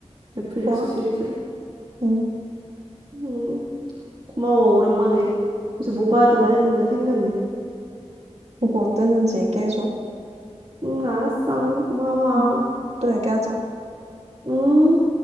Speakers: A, on the right; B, on the right.
A: 넷플릭스
B: 좋아.
A: 시리즈를.
B: 음,
A: 음, 고마워. 오랜만에 요새 뭐 봐야 되나 했는데 생겼네.
B: 보고 어땠는지 얘기해줘.
A: 응, 알았어. 고마워.
B: 음, 또 얘기하자.
A: 응.